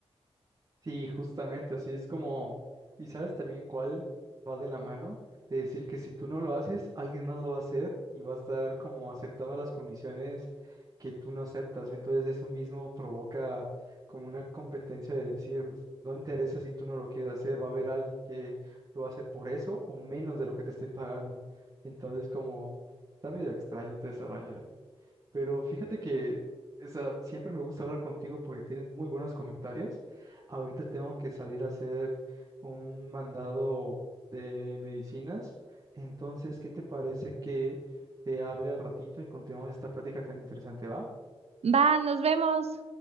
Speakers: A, on the right (about 35°); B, on the right (about 75°).
A: Sí, justamente, así es como, y sabes también cuál va de la mano, de decir que si tú no lo haces, alguien más lo va a hacer y va a estar como aceptando las condiciones que tú no aceptas. Entonces eso mismo provoca como una competencia de decir, pues no interesa si tú no lo quieres hacer, va a haber alguien que lo va a hacer por eso o menos de lo que te esté pagando. Entonces como está medio extraño todo ese rollo. Pero fíjate que, o sea, siempre me gusta hablar contigo porque tienes muy buenos comentarios. Ahorita tengo que salir a hacer un mandado de medicinas. Entonces, ¿qué te parece que te hable al ratito y continuamos esta práctica tan interesante, va?
B: Va, nos vemos.